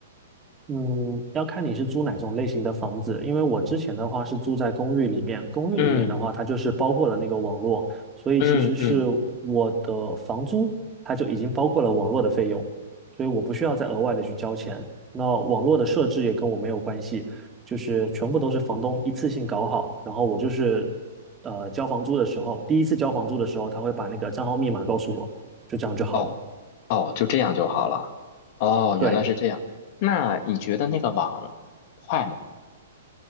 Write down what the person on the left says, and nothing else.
嗯
嗯嗯，
哦哦，就这样就好了。哦，
原来是这样。那你觉得那个网快吗？